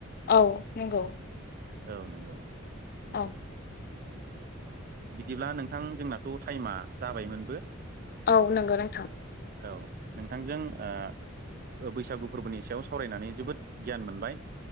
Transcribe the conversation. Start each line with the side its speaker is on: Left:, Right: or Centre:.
Left: औ नंगौ।
Right: औ नंगौ।
Left: औ
Right: बिदिब्ला नोंथां जोंनाथ' टाइमा जाबायमोनबो।
Left: औ नंगौ नोंथां।
Right: औ नोंथांजों ओ ओ बैसागु फोरबोनि सायाव सावरायनानै जोबोद गियान मोनबाय।